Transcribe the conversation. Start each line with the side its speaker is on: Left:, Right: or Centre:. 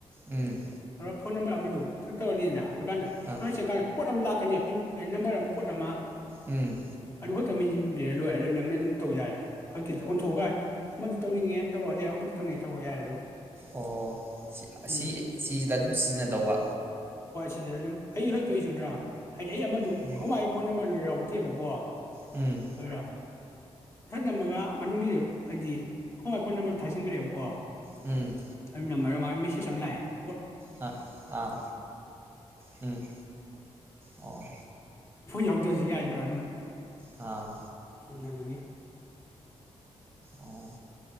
Right: ꯎꯝ
Left: ꯐꯣꯟ ꯅꯝꯕꯔ ꯑꯃꯗꯣ ꯊꯛꯇꯧꯔꯅꯤꯗꯅ ꯗꯨꯀꯥꯟꯗ
Right: ꯑꯥ
Left: ꯅꯣꯏ ꯆꯦ ꯀ ꯀꯣꯠ ꯑꯃ ꯂꯥꯛꯀꯅꯦ ꯄꯤꯟ ꯅꯝꯕꯔ ꯑꯃ ꯀꯣꯠ ꯑꯃ
Right: ꯎꯝ
Left: ꯂꯨꯈꯠꯇ ꯃꯦꯟꯁꯤꯟꯕꯤꯔ ꯂꯣꯏ ꯑꯗꯨ ꯅꯪꯅ ꯑꯗꯨꯝ ꯇꯧ ꯌꯥꯔꯦ ꯍꯛꯀꯤꯗ ꯑꯣꯟꯊꯣꯛꯑꯒ ꯃꯗꯨ ꯇꯧꯅꯤꯡꯉꯦ ꯇꯧꯔꯛꯑꯗꯤ ꯑꯃ ꯁꯤꯛꯇꯧꯅꯦ ꯇꯧꯕ ꯌꯥꯔꯦ ꯑꯗꯨꯝ
Right: ꯑꯣ
Left: ꯎꯝ
Right: ꯁꯤ ꯁꯤꯁꯤꯗ ꯑꯗꯨꯝ ꯁꯤꯖꯤꯟꯅꯗꯧꯕ
Left: ꯁꯤꯗ ꯑꯗꯨꯝ ꯑꯩ ꯍꯣꯏ ꯇꯧꯏꯁꯦ ꯎꯗ꯭ꯔꯥ ꯍꯥꯏꯗꯤ ꯑꯩ ꯑꯃꯗꯣ
Right: ꯎꯝ
Left: ꯈꯣꯏ ꯃꯥꯏ ꯐꯣꯟ ꯅꯝꯕꯔꯗꯨ ꯌꯥꯎ ꯇꯦꯕꯀꯣ
Right: ꯎꯝ
Left: ꯑꯗꯨꯅ ꯆꯠ ꯅꯝꯃꯒ ꯃꯅꯨꯡꯒꯤ ꯍꯥꯏꯗꯤ ꯑꯈꯣꯏ ꯃꯥ ꯄꯣꯟ ꯅꯝꯕꯔ ꯊꯥꯖꯤꯟꯈ꯭ꯔꯦꯕ ꯀꯣ
Right: ꯎꯝ
Left: ꯑꯩꯅ ꯃꯔꯨ ꯃꯥ ꯃꯦꯁꯦꯁ ꯑꯃ ꯂꯥꯛꯑꯦ <unintelligible> ꯃꯥꯏꯐꯣꯟ
Right: ꯑꯥ ꯑꯥ ꯎꯝ ꯑꯣ
Left: ꯌꯥꯎꯗ꯭ꯔꯁꯨ ꯌꯥꯏꯗ꯭ꯔꯣ ꯑꯗꯨꯝ
Right: ꯑꯥ
Left: ꯎꯝ <inaudible>
Right: ꯑꯣ